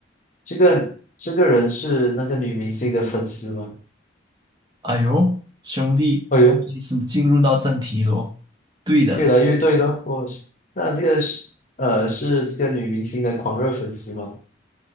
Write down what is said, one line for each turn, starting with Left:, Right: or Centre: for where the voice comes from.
Left: 这个这个人是那个女明星的粉丝吗？
Right: 哎呦，兄弟，
Left: 哎呦，
Right: 开始进入到正题喽。对的，
Left: 越来越对了，我去，那这个是呃是这个女明星的狂热粉丝吗？